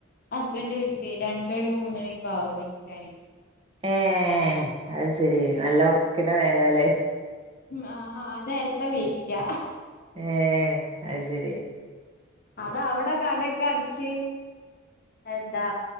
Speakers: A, on the left; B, on the right.
A: ഹസ്ബൻഡ്‌ വിളിക്കുംരണ്ടണി മൂന്നണിയൊക്കെ ആവും വെക്കാന്
B: ഏ അത് ശരി നല്ല ഓർക്കിന്റെ നേരാലേ
A: ആ നേരത്താ വെക്കാ
B: ഏ അത് ശരി
A: അതവിടെ കടക്കെ അടിച്ച് എന്താ